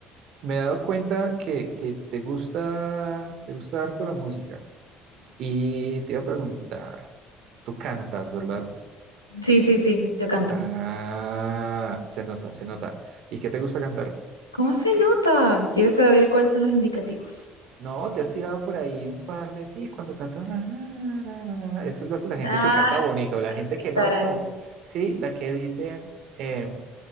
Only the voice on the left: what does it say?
Sí, sí, sí, yo canto.
¿Cómo se nota? Quiero saber cuáles son los indicativos.
Ah,
qué
tarare.